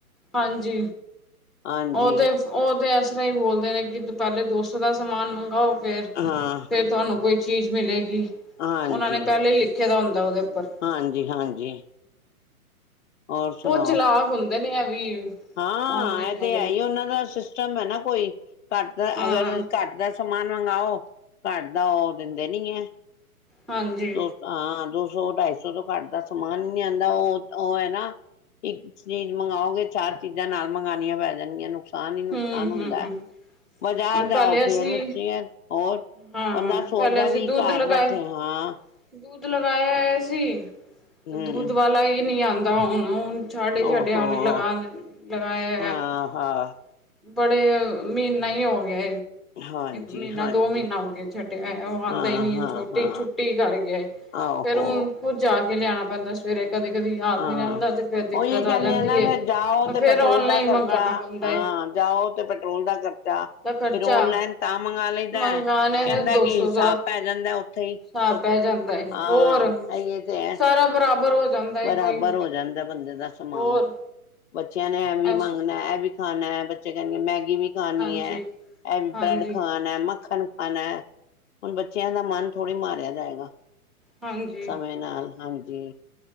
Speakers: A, in the centre; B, on the left (about 55°).
A: ਹਾਂਜੀ
B: ਹਾਂਜੀ
A: ਓ ਤੇ ਓ ਤੇ ਇਸ ਤਰ੍ਹਾਂ ਈ ਬੋਲਦੇ ਨੇ ਕਿ ਪਹਿਲੇ ਦੋਸੋ ਦਾ ਸਮਾਨ ਮੰਗਾਓ ਫੇਰ
B: ਹਾਂ
A: ਫ ਤੁਆਨੂੰ ਕੋਈ ਚੀਜ਼ ਮਿਲੇਗੀ
B: ਹਾਂਜੀ
A: ਓਨਾਂ ਨੇ ਪੈਲੇ ਈ ਲਿਖੇ ਦਾ ਹੁੰਦਾ ਓਦੇ ਉੱਪਰ।
B: ਹਾਂਜੀ ਹਾਂਜੀ। ਹੋਰ ਸੁਣਾਓ
A: ਬਹੁਤ ਚਲਾਕ ਹੁੰਦੇ ਨੇ ਐ ਵੀ।
B: ਹਾਂ
A: ਔਨਲਾਈਨ
B: ਇਹ
A: ਵਾਲੇ
B: ਤੇ ਹੈ ਈ ਓ ਨਾਂ ਦਾ ਸਿਸਟਮ ਐ ਨਾ ਕੋਈ ਘੱਟ ਦਾ
A: ਹਾਂ
B: ਅਗਰ ਘੱਟ ਦਾ ਸਮਾਨ ਮੰਗਓ ਘੱਟ ਦਾ ਓ ਦਿੰਦੇ ਨੀ ਹੈ।
A: ਹਾਂਜੀ।
B: ਦੋ ਹਾਂ ਦੋ ਸੌ ਢਾਈ ਸੌ ਤੋਂ ਘੱਟ ਦਾ ਸਮਾਨ ਈ ਨੀ ਆੰਦਾ ਓ ਓ ਹੈ ਨਾ ਇੱਕ ਚੀਜ਼ ਮੰਗਾਓਗੇ ਚਾਰ ਚੀਜ਼ਾਂ ਨਾਲ ਮੰਗਉਣੀਆਂ ਪੈ ਜਾਂਗਿਆਂ ਨੁਕਸਾਨ ਈ ਨੁਕਸਾਨ
A: ਹੂੰ
B: ਹੁੰਦਾ।
A: ਹੂੰ
B: ਬਜ਼ਾਰ
A: ਹੁਣ ਪਹਿਲੇ
B: ਜਾਓ
A: ਅਸੀਂ
B: ਫੇਰ <unintelligible> ਹੋਰ
A: ਹਾਂ
B: ਬੰਦਾ ਸੋਚਦਾ
A: ਪਹਿਲੇ ਅਸੀਂ
B: ਵੀ
A: ਦੁੱਧ
B: ਘਰ
A: ਲਗਾਏ
B: ਬੈਠੇ ਆ ਹਾਂ।
A: ਦੁੱਧ ਲਗਾਇਆ ਹੋਇਆ ਸੀ
B: ਹਮ
A: ਤੇ ਦੁੱਧ ਵਾਲਾ ਈ ਨੀ ਆੰਦਾ ਹੁਣ ਛਾਡੇ ਛਡਿਆ
B: ਓਹੋ
A: ਓਨੇ ਲਗਾ ਲਗਾਇਆ
B: ਹਾਂ
A: <unintelligible>
B: ਹਾਂ
A: ਬੜੇ ਅ ਮਹੀਨਾ ਈ ਹੋ ਗਿਆ।
B: ਹਾਂਜੀ
A: ਮਹੀਨਾ
B: ਹਾਂਜੀ
A: ਦੋ ਮਹੀਨਾ ਹੋ ਗਿਆ ਛੱਡਿਆ ਓ ਆੰਦਾ
B: ਹਾਂ
A: ਈ ਨੀ
B: ਹਾਂ
A: ਛੋਟੀ
B: ਹਾਂ
A: ਛੁੱਟੀ ਕਰ ਗਿਆ ਏ
B: ਆਹੋ
A: ਫੇਰ ਹੁਣ ਖੁਦ ਜਾ ਕੇ ਲਿਆਣਾ ਪੈਂਦਾ ਫੇਰ ਏ ਕਦੀ ਕਦੀ ਯਾਦ
B: ਹਾਂ
A: ਨੀ ਰੈਂਦਾ ਤੇ ਫੇਰ ਦਿੱਕਤ
B: ਉਹੀ
A: ਆ
B: ਕਹਿੰਦੇ
A: ਜਾਂਦੀ
B: ਨਾ
A: ਏ
B: ਫੇਰ ਜਾਓ
A: ਤਾਂ
B: ਤੇ
A: ਫੇਰ
B: ਪੈਟਰੋਲ
A: ਔਨਲਾਈਨ
B: ਦਾ ਖਰਚਾ
A: ਮੰਗਾਣਾ ਪੈਂਦਾ
B: ਹਾਂ
A: ਏ
B: ਜਾਓ ਤੇ ਪੈਟਰੋਲ ਦਾ ਖਰਚਾ।
A: ਦਾ ਖਰਚਾ
B: ਫੇਰ ਓਨਲਾਈਨ ਤਾਂ ਮੰਗਾ ਲੈਂਈਦਾ
A: ਮੰਗਾਣੇ
B: ਕੈਂਦਾ
A: ਦਾ ਦੋ
B: ਕਿ
A: ਸੌ
B: ਹਿਸਾਬ
A: ਦਾ
B: ਪੈ ਜਾਂਦਾ ਉੱਥੇ ਹੀ।
A: <unintelligible>
B: ਸਸਤੇ
A: ਪੈ ਜਾਂਦਾ ਏ
B: ਹਾਂ
A: ਹੋਰ
B: ਇਹ ਤੇ ਹੈ
A: ਸਾਰਾ ਬਰਾਬਰ ਹੋ ਜਾਂਦਾ ਏ ਕੋਈ
B: ਬਰਾਬਰ ਹੋ ਜਾਂਦਾ ਬੰਦੇ ਦਾ ਸਮਾਨ।
A: ਹੋਰ
B: ਬੱਚਿਆਂ ਨੇ ਇਹ ਵੀ
A: ਐਸ
B: ਮੰਗਣਾ ਇਹ ਵੀ ਖਾਣਾ ਬੱਚੇ ਕਹਣਗੇ ਮੈਗੀ ਵੀ ਖਾਣੀ
A: ਹਾਂਜੀ,
B: ਹੈ ਇਹ
A: ਹਾਂਜੀ,
B: ਬ੍ਰੈਡ ਖਾਣਾ ਮੱਖਣ ਖਾਣਾ। ਹੁਣ ਬੱਚਿਆਂ ਦਾ ਮਨ ਥੋੜ੍ਹੀ ਮਾਰਿਆ ਜਾਏਗਾ
A: ਹਾਂਜੀ।
B: ਸਮੇਂ ਨਾਲ ਹਾਂਜੀ।